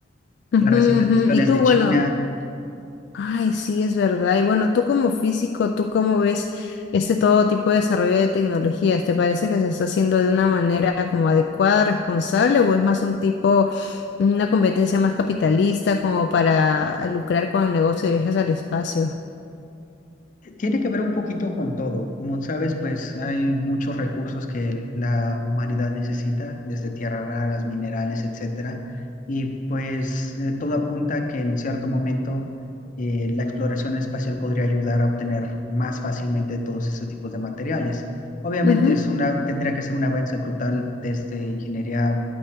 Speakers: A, on the left; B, on the left.
A: Ujú,
B: Las recientes
A: ujú.
B: misiones
A: Y tú,
B: de
A: bueno,
B: China
A: Ay, sí, es verdad. Y bueno, tú como físico, ¿tú cómo ves este todo tipo de desarrollo de tecnologías? ¿Te parece que se está haciendo de una manera como adecuada, responsable, o es más un tipo, una competencia más capitalista como para lucrar con el negocio de viajes al espacio?
B: Tiene que ver un poquito con todo. Como sabes, pues hay muchos recursos que el- la humanidad necesita, desde tierras raras, minerales, etcétera. Y pues eh, todo apunta a que en cierto momento eh, la exploración espacial podría ayudar a obtener más fácilmente todos esos tipos de materiales. Obviamente
A: Ujú,
B: es una, tendría que ser un avance brutal desde ingeniería,